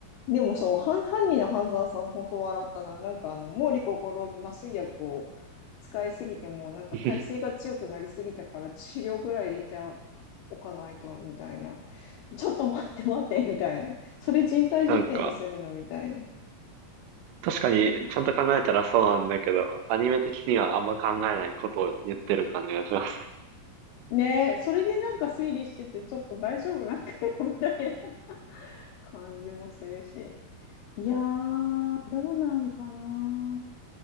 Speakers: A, on the left (about 80°); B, on the right (about 80°).
A: う。でもそう、犯、犯人の半沢さん、本当笑ったな。なんかあの、毛利心に麻酔薬を使いすぎても、なんか耐性が強くなりすぎたから治療ぐらい入れちゃ
B: <laughs>
A: おかないと、みたいな。ちょっと待って待って、みたいな。それ人体実験にするのみたいな。
B: なんか、確かに、ちゃんと考えたらそうなんだけど、アニメ的にはあんま考えないことを言ってる感じがします。
A: ねえ、それでなんか推理してて、ちょっと大丈夫なんかよ、みたいな感じもするし。いやー、どうなんかな。